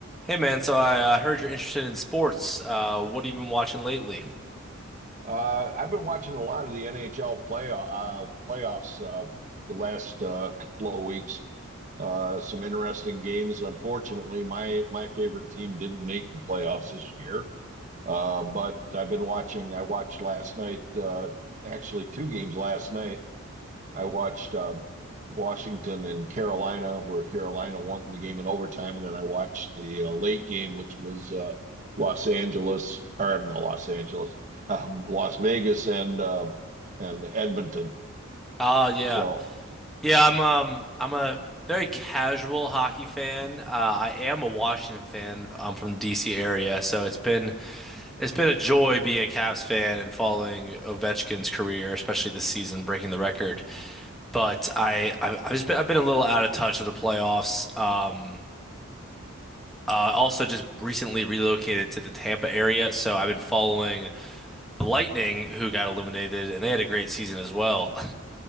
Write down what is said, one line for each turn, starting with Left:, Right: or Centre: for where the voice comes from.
Centre: Hey man, so I uh, heard you're interested in sports. Uh, what have you been watching lately?
Right: Uh, I've been watching a lot of the NHL playoff uh, playoffs uh, the last uh, couple of weeks. Uh, some interesting games. Unfortunately, my my favorite team didn't make the playoffs this year. Uh, but I've been watching. I watched last night. Uh, actually, two games last night. I watched uh, Washington and Carolina, where Carolina won the game in overtime, and then I watched the uh, late game, which was uh, Los Angeles, or um, not Los Angeles, <laughs> uh, Las Vegas and uh, and Edmonton.
Centre: Ah, yeah,
Right: So
Centre: yeah. I'm um, I'm a very casual hockey fan. Uh, I am a Washington fan. I'm from the DC area, so it's been it's been a joy being a Cavs fan and following Ovechkin's career, especially this season breaking the record. But I I- I've just been I've been a little out of touch of the playoffs. Um, uh, also just recently relocated to the Tampa area, so I've been following. The Lightning, who got eliminated, and they had a great season as well.